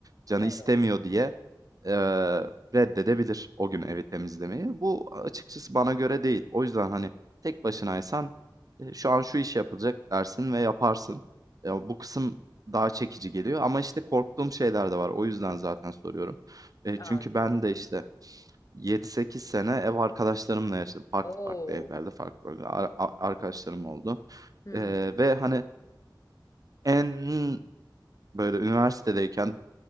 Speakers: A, on the right; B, on the left.
A: canı
B: Evet,
A: istemiyor diye eee, reddedebilir o gün evi temizlemeyi. Bu açıkçası bana göre değil. O yüzden hani tek başınaysan e, şu an şu iş yapılacak dersin ve yaparsın. Ya bu kısım daha çekici geliyor ama işte korktuğum şeyler de var. O yüzden zaten soruyorum. E,
B: anladım.
A: çünkü ben de işte yedi sekiz sene ev arkadaşlarımla yaşadım. Farklı
B: O!
A: farklı evlerde farklı farklı ar- ar- arkadaşlarım oldu.
B: Hımm.
A: E, ve hani en böyle üniversitedeyken